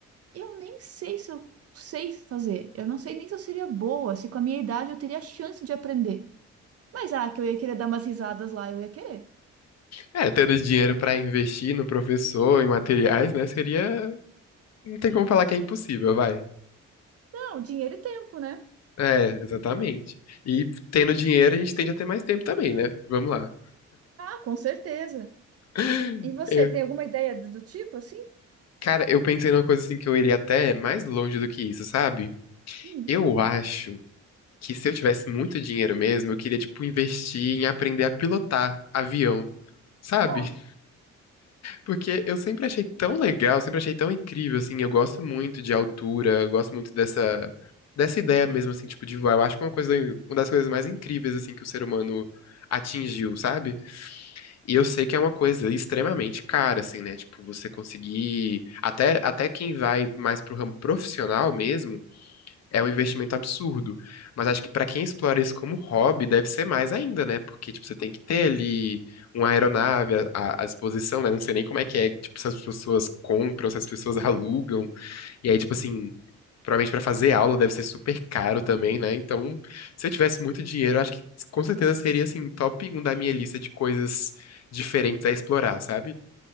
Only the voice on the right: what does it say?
Eu nem sei se eu sei fazer. Eu não sei nem se eu seria boa, se com a minha idade eu teria a chance de aprender. Mas ah, que eu ia querer dar umas risadas lá, eu ia querer.
Não, dinheiro e tempo, né?
Ah, com certeza.
E você
tem alguma ideia do do tipo assim?
Hum.
Ó.